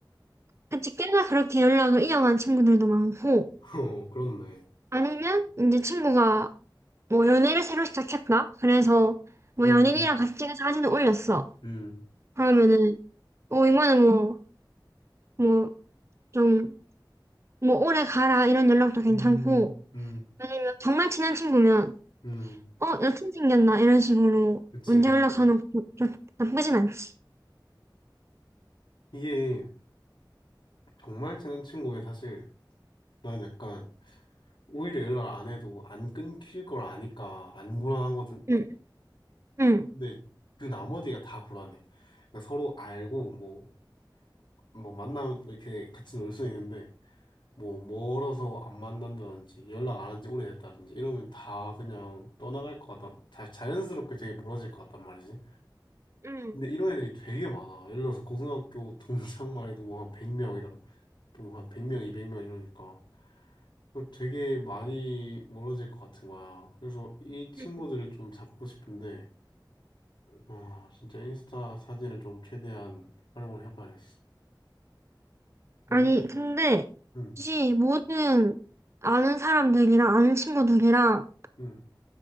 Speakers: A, on the right (about 35°); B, on the left (about 75°).
A: 그치, 꽤나 그렇게 연락을 이어간 친구들도 많고,
B: <laughs> 어 그렇네.
A: 아니면 이제 친구가 뭐 연애를 새로 시작했다? 그래서 뭐
B: 음,
A: 연인이랑 같이 찍은 사진을 올렸어.
B: 음,
A: 그러면은, 뭐 이거는 뭐, 뭐, 좀, 뭐 오래 가라 이런 연락도 괜찮고,
B: 음, 음,
A: 정말 친한 친구면,
B: 음.
A: 어, 여친 생겼나? 이런 식으로
B: 그치,
A: 문제
B: 그치.
A: 연락하는 것도 좀 나쁘진 않지.
B: 이게 정말 친한 친구에 사실 난 약간 오히려 연락 안 해도 안 끊길 걸 아니까 안 불안하거든.
A: 응, 응,
B: 근데 그 나머지가 다 불안해. 그러니까 서로 알고 뭐 뭐 만나면 또 이렇게 같이 놀 수는 있는데. 뭐 멀어서 안 만난다든지 연락 안 한지 오래됐다든지 이러면 다 그냥 떠나갈 것 같다. 다 자연스럽게 되게 멀어질 것 같단 말이지.
A: 응,
B: 근데 이런 애들이 되게 많아. 예를 들어서 고등학교 동창만 해도 뭐 한 100명이라 또한 100명, 200명 이러니까 그럼 되게 많이 멀어질 것 같은 거야. 그래서 이 친구들을
A: 응.
B: 좀 잡고 싶은데 아 진짜 인스타 사진을 좀 최대한 활용을 해봐야겠어.
A: 아니,
B: 응,
A: 근데
B: 응,
A: 혹시 모든 아는 사람들이랑 아는 친구들이랑
B: 응.